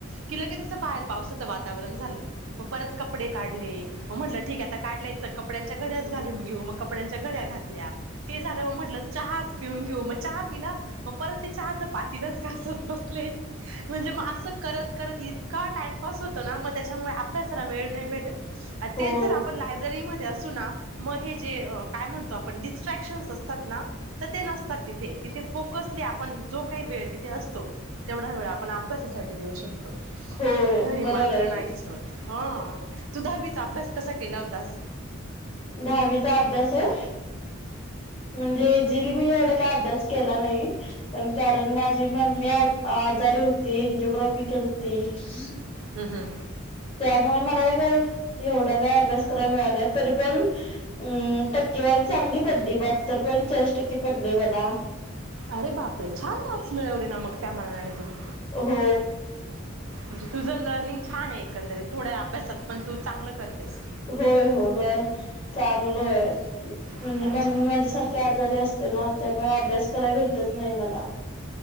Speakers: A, on the right; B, on the left.
A: कि लगेच असं बाहेर पावसाचं वातावरण झालं, मग परत कपडे काढले म म्हटलं ठीक आहे, आता काढलयचं तर कपड्यांच्या गड्याच घालून घेऊ. मग कपड्यांच्या गड्या घातल्या. ते झालं मग म्हटलं चहाच पिऊन घेऊ, मग चहा पिला, मग परत ते चहाच पातीलच घासत बस ले म्हणजे आस करत करत इतका टाइमपास होतो ना, मग त्याच्यामुळे अभ्यासाला वेळ नाही भेटत. आणि
B: होय
A: तेच जर आपण लायब्ररीमध्ये असू ना, मग हे जे काय म्हणतो आपन डीस ट्रॅक्शन्स असतात ना तर ते नसतात तिथे, तिथे फोकसली आपण जो काही वेळ तिथे असतो तेवढा वेळ आपण अभ्यासासाठी देऊ शकतो.
B: होय
A: घरी
B: बरोबर
A: मात्र
B: आहे
A: नाहीच
B: की
A: होत. हा तू दहावीचा अभ्यास कसा केला होतास?
B: दहावीचा अभ्यास होय. म्हणजे जीली मी एवढा काय अभ्यास केला नाही. पण कारण माझी मम्मी आ आजारी होती, एनजिओग्राफी केली होती.
A: हू हू.
B: त्यामुळे मला काय एवढा काय अभ्यास कराय मिळाय नाही तरी पण हूम टक्केवारी चांगली पडली, बहात्तर पॉईंट चाळीस टक्के पडली मला.
A: आरे बापरे! छान मार्क्स मिळवले ना, मग त्या माणाने तुम्ही?
B: हो.
A: म्हणजे तुझं लर्निंग छान आहे, एकंदरीत थोड्या अभ्यासात पण तू चांगलं करतेस.
B: होय होय, बर चांगलं आहे म्हणजे
A: अच्छा
B: ममी माझीसारख खि आजारी असत्या ना, त्यामुळे अभ्यास करायला भेटत नाही मला.